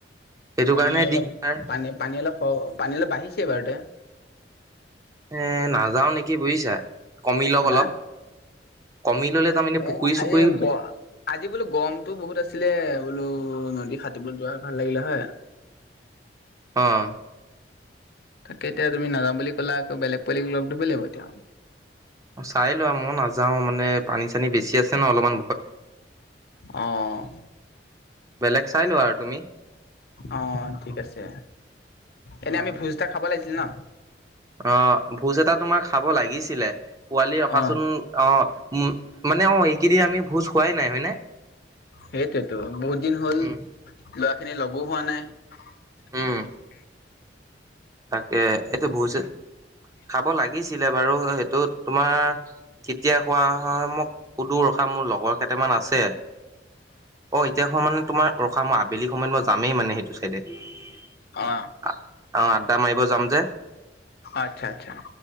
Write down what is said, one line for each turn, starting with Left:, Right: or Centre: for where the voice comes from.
Right: সেইটো
Left: পানী
Right: কাৰণে
Left: অলপ
Right: দিগদাৰ
Left: পানী পানী অলপ পানী অলপ বাঢ়িছে বাঢ়োতে।
Right: এ নাযাও নেকি বুজিছা ।কমি লওক
Left: হা
Right: অলপ কমি ললে যাম এনে পুখুৰী
Left: এ আজি
Right: চুখুৰীত
Left: আজি বোলো গমটো বহুত আছিলে। বোলো নদী সাতোইব যোৱা ভাল লাগিলে হয়।
Right: অহ।
Left: তাকে এতিয়া তুমি নাযাম বুলি ক'লা আকৌ বেলেগ পোৱালি লগ ধৰিব লাগিব এতিয়া
Right: চাই লোৱা মই নাযাও মানে পানী বেছি আছে ন অলমান।
Left: অহ।
Right: বেলেগ চাই লোবা আৰু তুমি
Left: অ ঠিক আছে এনে
Right: অ'।
Left: আমি ভোজ এটা খাব লাগিছিল ন?
Right: অ ভোজ এটা তোমাৰ খাব লাগিছিলে পোৱালি ৰখাচোন
Left: অ
Right: অ উ মানে অ এইকেইদিন আমি ভোজ খোৱাই নাই হয়নে?
Left: সেইটোতো বহুত দিন হ'ল লৰা
Right: উম।
Left: খিনি লগো হোৱা নাই। <unintelligible>
Right: উম, তাকে এতো ভোছে।
Left: উ
Right: খাব লাগিছিলে বাৰু সেইটোত তোমাৰ কেতিয়া খোৱা হয় মোক সুধো ৰখা মোৰ লগৰ কেইটামান আছে। অ এতিয়া খোৱা মানে তোমাৰ ৰখা মই আবেলি সময়ত মই যামেই মানে সেইটো ছাইদে আ
Left: অ
Right: অ আড্ডা মাৰিব যাম যে।
Left: আচ্ছা আচ্ছা